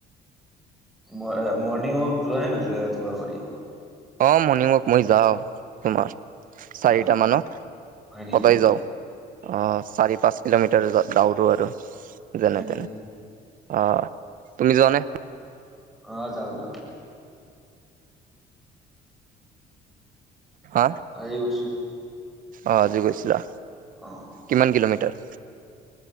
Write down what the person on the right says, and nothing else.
অ', মৰ্ণিং ৱাক মই যাওঁ তোমাৰ। চাৰিটা
মানত,
সদায় যাও। অ', চাৰি পাঁচ কিলোমিটাৰ দাউৰো আৰু যেনে
তেনে। অ', তুমি যোৱানে?
হা?
অ', আজি গৈছিলা,
কিমান কিলোমিটাৰ?